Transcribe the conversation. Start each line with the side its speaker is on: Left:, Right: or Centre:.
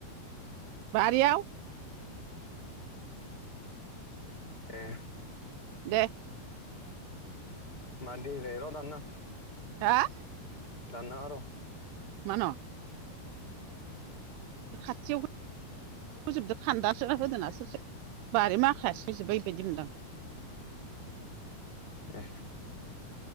Right: बारिआव
Left: ए।
Right: दे।
Left: मादि इलाय र दान‌ना
Right: हा।
Left: दाननाङा र
Right: मान' खाथियाव होजोबदो खान्दासोना होदोना ससे। बारि माखाया सोजोबबाय बेबायदिमोनदां
Left: ए